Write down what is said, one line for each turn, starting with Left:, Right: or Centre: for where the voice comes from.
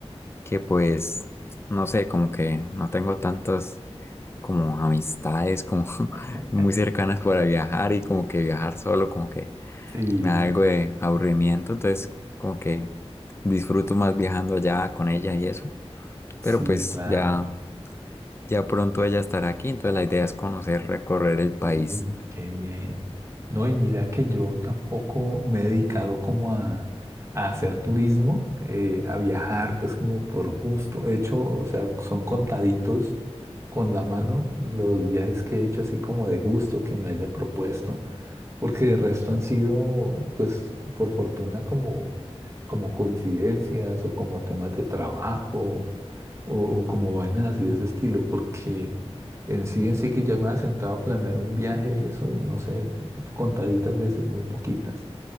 Left: que pues no sé, como que no tengo tantos como
Right: Sí, sí,
Left: amistades como <laughs>
Right: <laughs>
Left: muy cercanas para viajar y como que viajar solo como que
Right: sí,
Left: me da
Right: sí,
Left: algo de aburrimiento, entonces como que disfruto más viajando allá con ella y eso.
Right: sí,
Left: Pero pues
Right: claro.
Left: ya ya pronto ella estará aquí, entonces la idea es conocer, recorrer el país
Right: Uy, qué bien. No, y mira que yo tampoco me he dedicado como a, a hacer turismo, eh, a viajar, pues como por gusto. He hecho, o sea, son contaditos con la mano los viajes que he hecho así como de gusto que me haya propuesto, porque de resto han sido, pues, por fortuna como, como coincidencias o como temas de trabajo o, o como vainas así de ese estilo, porque en sí, en sí que ya me había sentado a planear un viaje y eso, no sé, contaditas veces, muy poquitas.